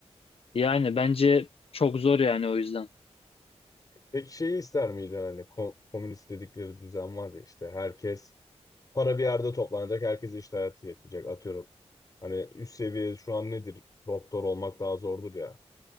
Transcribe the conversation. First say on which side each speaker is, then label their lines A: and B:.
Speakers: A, on the left; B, on the left.
A: Yani bence çok zor yani o yüzden.
B: Peki şeyi ister miydin hani ko- komünist dedikleri düzen var ya işte herkes para bir yerde toplanacak, herkes iş hayatı yapacak atıyorum. Hani üst seviye şu an nedir? Doktor olmak daha zordur ya.